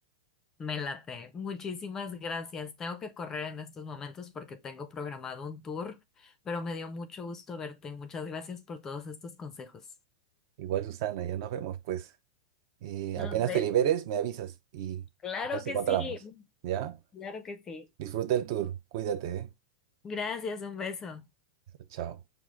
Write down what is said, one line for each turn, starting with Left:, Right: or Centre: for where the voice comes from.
Left: Me late. Muchísimas gracias. Tengo que correr en estos momentos porque tengo programado un tour, pero me dio mucho gusto verte. Muchas gracias por todos estos consejos.
Right: Igual, Susana, ya nos vemos pues. Eh,
Left: Nos
Right: apenas
Left: vemos.
Right: te liberes, me avisas y
Left: Claro
Right: nos
Left: que
Right: encontramos.
Left: sí,
Right: ¿Ya?
Left: claro que sí.
Right: Disfruta el tour. Cuídate, ¿eh?
Left: Gracias, un beso.
Right: Chao.